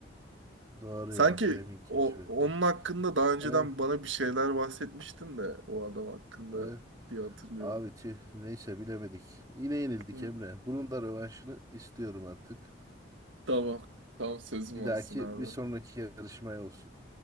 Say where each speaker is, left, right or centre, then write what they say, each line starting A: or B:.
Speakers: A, on the right; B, on the right.
A: Doğru
B: Sanki
A: ya. Fleming keşfetti.
B: o, onun hakkında daha önceden
A: Aynen.
B: bana bir şeyler bahsetmiştin de o adam hakkında
A: aynen.
B: diye hatırlıyorum.
A: Abi tüh. Neyse bilemedik. Yine yenildik
B: Hı.
A: Emre. Bunun da rövanşını istiyorum artık.
B: Tamam. Tamam sözüm
A: Bir
B: olsun
A: dahaki,
B: abi.
A: bir sonraki yarışmaya olsun.